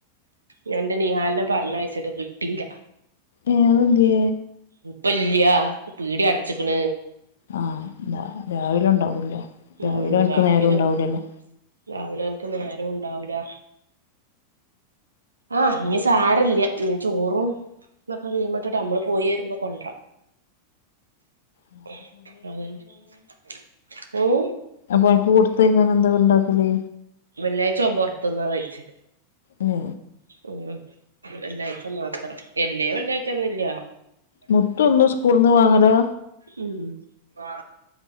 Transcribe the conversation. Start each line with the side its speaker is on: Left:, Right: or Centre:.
Right: ഞാ ഇന്റെ നീഹാൽനെ പർഞ്ഞയ്ച്ചിട്ട് കിട്ടീല്ല
Left: ഏഹ്.. അതെന്തേ
Right: ഇപ്പല്ല്യ പീടി അട്ച് ക്ക്ണ്
Left: ആഹ്. ന്താ രാവിലെ ഉണ്ടാവൂല. രാവിലെ
Right: ഉം
Left: ഓൻക്
Right: രാവിലെ
Left: നേരോം ഇണ്ടാവൂലല്ലൊ
Right: രാവിലെ അൻക്ക് നേരോം ഇണ്ടാവുല ആഹ് ഇഞ്ഞി സാരല്ല ഇഞ് ചോറും ഇന്നൊക്കെ വീമട്ട്ട്ട് അമ്ള് പോയേ രുമ്പോ കൊന്റ്ര
Left: ഉം
Right: <unintelligible> ഊം
Left: അപ്പൊ കൂടിത് ത്തേയ്ക്കാൻ എന്താ കൊണ്ടാക്കല്
Right: വെള്ളി ആയ്ച്ചോം പൊർത്ത്ന്നാ കൈച്ചല്
Left: ഉം
Right: ഇഞ് വ വെള്ളിയ്ച മാത്രം എല്ലെ വെള്ളിയ്ചൊന്നുല്യാ
Left: മുത്തു ഒന്നും സ്കൂള്ന്ന് വാങ്ങലാ
Right: ഉം. വാ